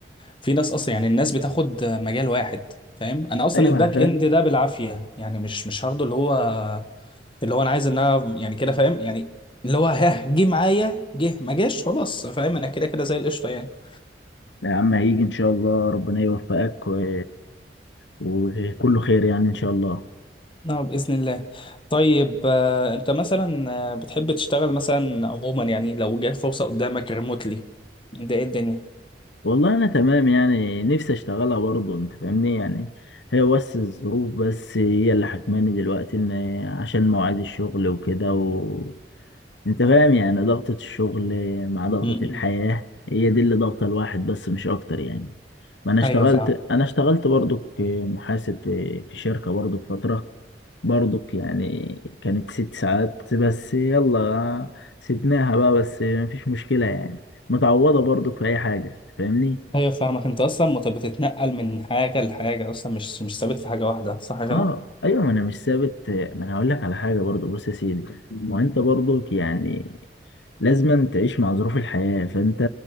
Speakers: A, on the left; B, on the left.
A: في ناس اصلا يعني الناس بتاخد آه، مجال واحد فاهم انا اصلا
B: ايوه
A: الباك
B: انا فاهم
A: اند ده بالعافيه يعني مش مش هاخده اللي هو اللي هو انا عايز انها يعني كده فاهم يعني اللي هو ها جه معايا جه ما جاش خلاص فاهم انا كده كده زي القشطه يعني
B: لا يا عم هيجي ان شاء الله ربنا يوفقك و... وكله خير يعني ان شاء الله
A: نعم بإذن الله طيب آه، أنت مثلا آه، بتحب تشتغل مثلا عموما يعني لو جات فرصة قدامك ريموتلي ده إيه الدنيا؟
B: والله انا تمام يعني نفسي اشتغلها برضه انت فاهمني يعني هي بس الظروف بس هي اللي حكماني دلوقتي ان عشان مواعيد الشغل وكده و... انت فاهم يعني ضغطة الشغل مع ضغطة
A: م-م.
B: الحياة هي دي اللي ضغطة الواحد بس مش اكتر يعني ما انا اشتغلت
A: أيوه فاهمك
B: انا اشتغلت برضه كمحاسب في في شركة برضه فترة برضه يعني كانت ست ساعات بس يلا سيبناها بقى بس مفيش مشكلة يعني متعوضة برضه في اي حاجة فاهمني
A: أيوه فاهمك أنت أصلا مت- بتتنقل من حاجة لحاجة أصلا مش مش ثابت في حاجة واحدة صح كده؟
B: اه ايوه ما انا مش ثابت ما انا هقول لك على حاجه برضو بص يا سيدي ما انت برضو يعني لازم تعيش مع ظروف الحياه فانت